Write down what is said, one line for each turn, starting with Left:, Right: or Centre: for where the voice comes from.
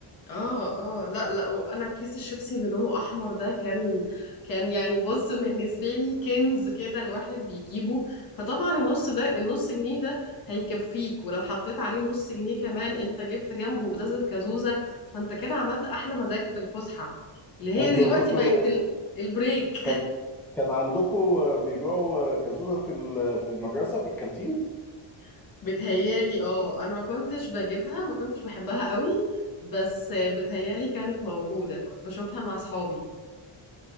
Left: اه اه لا لا وانا كيس الشيبسي اللي لونه احمر ده كان كان يعني بص بالنسبه لي كنز كده الواحد بيجيبه فطبعا النص ده النص جنيه ده هيكفيك ولو حطيت عليه نص جنيه كمان انت جبت جنبه ازازه كازوزه فانت كده عملت احلى مزاج في الفسحه اللي هي
Centre: انتوا
Left: دلوقتي
Centre: كنتوا
Left: بقت ال- البريك
Centre: كان كان عندكم بيبيعوا كازوزة في ال- في المدرسة في الكانتين
Left: <laughs> بتهيالي اه انا ما كنتش بجيبها ما كنتش بحبها قوي بس بتهيالي كانت موجوده كنت بشوفها مع اصحابي